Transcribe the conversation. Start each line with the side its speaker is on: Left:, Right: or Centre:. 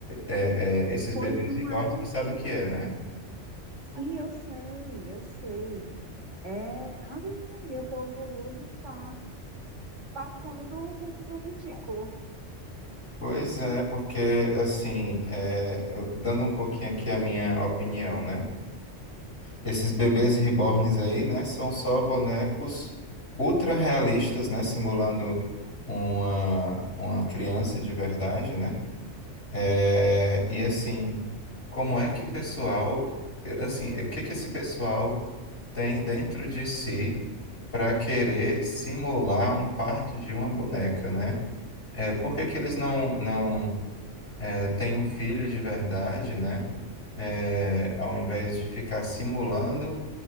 Left: é, é, esses
Right: Pois
Left: bebês
Right: não
Left: reborn,
Right: é?
Left: tu sabe o que é, né?
Right: Sim, eu sei, eu sei. É, Ave Maria, o povo hoje tá passando do senso do ridículo.
Left: Pois é, porque assim, é, eu- dando um pouquinho aqui a minha opinião, né? Esses bebês reborns aí, né, são só bonecos ultra realistas, né, simulando uma, uma criança de verdade, né? É, e assim, como é que o pessoal, assim, o que que esse pessoal tem dentro de si para querer simular um parto de uma boneca, né? É, por que que eles não, não tem um filho de verdade, né? É, ao invés de ficar simulando